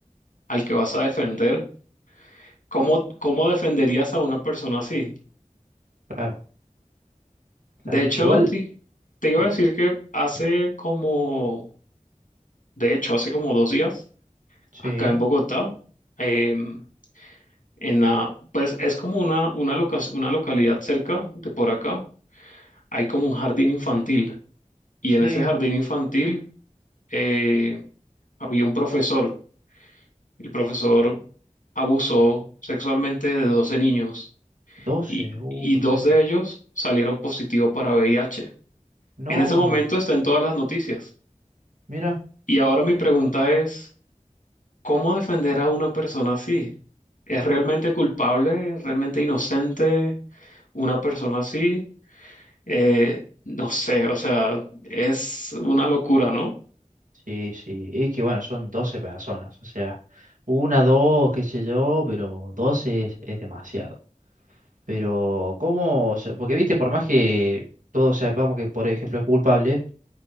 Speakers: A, on the left (about 80°); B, on the right (about 80°).
A: al que vas a defender, ¿cómo, cómo defenderías a una persona así?
B: claro, claro.
A: De hecho,
B: Igual,
A: ti- te, iba
B: eh,
A: a decir que hace como, de hecho, hace como dos días,
B: sí,
A: acá en Bogotá, em, en la, pues es como una, una, loca- una localidad cerca de por acá hay como un jardín infantil y
B: sí,
A: en ese jardín infantil eh, había un profesor. El profesor abusó sexualmente de 12 niños
B: doce
A: y,
B: uh,
A: y
B: qué
A: dos
B: feo.
A: de ellos salieron positivos para VIH.
B: No,
A: En ese momento está en todas las noticias.
B: mira,
A: Y ahora mi pregunta es, ¿cómo defender a una persona así? ¿Es realmente culpable? ¿Realmente inocente una persona así? Eh, no sé, o sea, es una locura, ¿no?
B: sí, sí, es que bueno, son 12 personas, o sea, una, dos, qué sé yo, pero 12 es es demasiado. Pero, ¿cómo? o sea, Porque, viste, por más que todos sepamos que, por ejemplo, es culpable,